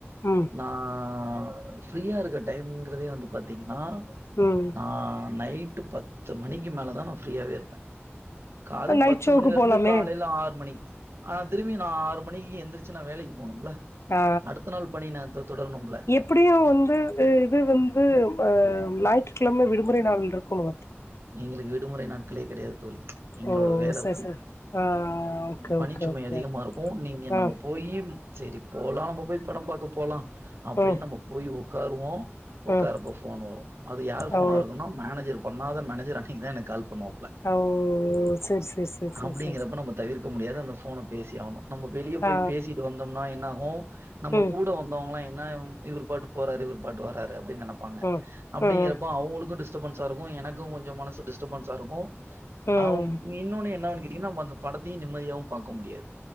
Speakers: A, on the left; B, on the right.
A: ம்
B: நான் ஃப்ரீயா இருக்குற டைம்ங்கிறதே வந்து பாத்தீங்கன்னா
A: ம்
B: நான் நைட்டு பத்து மணிக்கு மேலதான் நான் ஃப்ரீயாவே இருப்பேன் காதும்
A: நைட்
B: பத்து
A: ஷோக்கு
B: மணில இருந்து
A: போலாமே
B: காலையில ஆறு மணி ஆ.. திரும்பியும் நான் ஆறு ம.. எட்டு மணிக்கு எந்திரிச்சு நா வேலைக்கு போகனும்ல
A: ஆ
B: அடுத்த நாள் பணிய நா தொடரணும்ல
A: எப்டியு வந்து இது வந்து ஞாயிற்றுக்கிழமை விடுமுறை நாள் இருக்குனு
B: எங்களுக்கு விடுமுறை நாட்களே கிடையாது தோழி எங்களோட
A: ஓ
B: வேல
A: சரி
B: அப்டி
A: சரி ஆ ஓகே
B: பணி
A: ஓகே
B: சுமை
A: ஓகே
B: அதிகமா இருக்கும் <unintelligible>
A: ஆ
B: நம்ம. சு போயீ சரி போலாம் நம்ம போய் படம் பாக்க போலாம் அப்டின்னு
A: ம்
B: நம்ம போய் உக்காருவோம் உட்காரப்போ
A: ம்
B: ஃபோன் வரும் அது யார் ஃபோனா
A: ஓ
B: இருக்குனா மேனேஜர் பண்ணாத மேனேஜர் அன்னைக்குதான் எனக்கு கால் பண்ணுவான்
A: ஓ.. ‌சேர் சேர் சேர் சேர்
B: அப்படிங்கிறப்ப
A: சேர் சேர்
B: நம்ம தவிர்க்க முடியாது அந்த போனா பேசி ஆகனும் நம்ம வெளியே போய்
A: ஆ
B: பேசிட்டு வந்தோம்னா என்ன ஆகும் நம்ம
A: ம்
B: கூட வந்தவங்களாம் என்ன இவரு பாட்டு போறாரு இவரு பாட்டு வராரு அப்படினு நைனைப்பாங்க
A: ம்
B: அப்படிங்கிறப்போ
A: ம்
B: அவங்களுக்கும் டிஸ்டர்பன்ஸா இருக்கும் எனக்கு இதும் கொஞ்சம் மனசு டிஸ்டர்பன்ஸ்ஸா இருக்கும்
A: ம்
B: அவன் இன்னொன்னு என்னவேனும்னு கேட்டிங்கனா அந்த படத்தையும் நிம்மதியாவும் பாக்க முடியாது